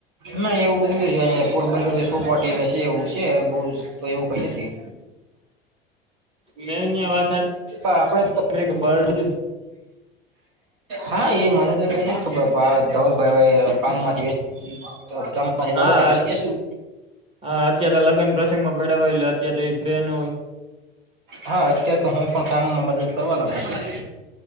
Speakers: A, on the right; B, on the right.
A: ના એવું પોરબંદર સોપવાટી છે, એવું છે બ એવું કઈ નથી.
B: મેં ત્યાં વાત
A: હ આપડે
B: સાંભળી કે બર્ડ
A: હા એ મને તો કઈ ન ખબર ધવલ ભાઈ કામ માંથી નવરાત્ર
B: હા
A: પછી જશું.
B: હા અત્યારે લગ્ન પ્રસંગમાં પડ્યા હોય એટલે અત્યારે એ ફ્રેન્ડ હોય
A: હા અત્યારે તો હું પણ કામમાં મદદ કરવા લાગુ છું.